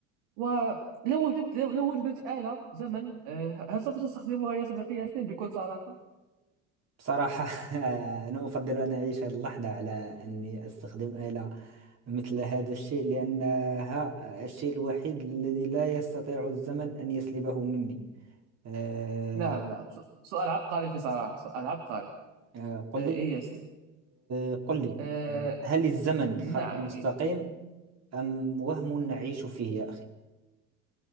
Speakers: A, on the right (about 80°); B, on the right (about 45°).
A: ولو وجدت لو لو وجدت آلة زمن آه، هل سوف تستخدمها يا صديقي ياسين بكل صراحة
B: بصراحة <laughs> أنا أفضل أن أعيش هذه اللحظة على أني أستخدم آلة مثل هذا الشيء لأنها الشيء الوحيد الذي لا يستطيع الزمن أن يسلبه مني أه،
A: نعم نعم س- سؤال عبقري في صراحة سؤال عبقري
B: أه، قل
A: آه، يا
B: لي
A: ياسين
B: أه، قل لي
A: آه،
B: أه، هل الزمن
A: نعم
B: خط مستقيم
A: إيه.
B: أم وهم نعيش فيه يا أخي؟